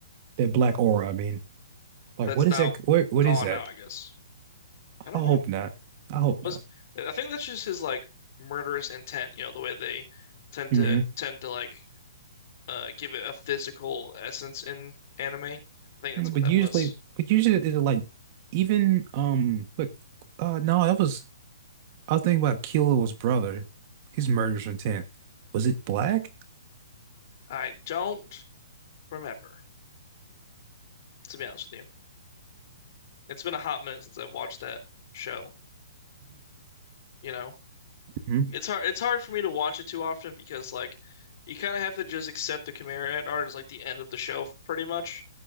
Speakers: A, on the right; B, on the left.
A: That black aura, I mean. Like
B: That's
A: what is
B: now
A: that what what
B: gone
A: is that?
B: now, I guess. I don't
A: I hope
B: know.
A: not. I hope
B: Was
A: not.
B: I think that's just his like murderous intent, you know, the way they tend
A: hmm
B: to tend to like uh give it a physical essence in anime. I think
A: But
B: that's what that
A: usually
B: was.
A: but usually it's like even um what uh no, that was I was thinking about Kilo's brother, his murderous intent. Was it black?
B: I don't remember, to be honest with you. It's been a hot minute since I've watched that show, you know.
A: <laughs>
B: It's hard it's hard for me to watch it too often because like you kind of have to just accept the Chimera Ant art as like the end of the show pretty much.